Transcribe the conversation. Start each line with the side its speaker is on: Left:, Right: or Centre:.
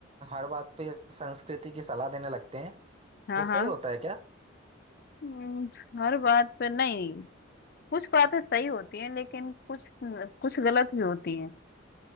Right: हर बात पे संस्कृति की सलाह देने लगते हैं
Left: हाँ
Right: वो सही
Left: हाँ
Right: होता है क्या
Left: हम्म, हर बात पे नहीं कुछ बातें सही होती हैं लेकिन कुछ कुछ गलत भी होती हैं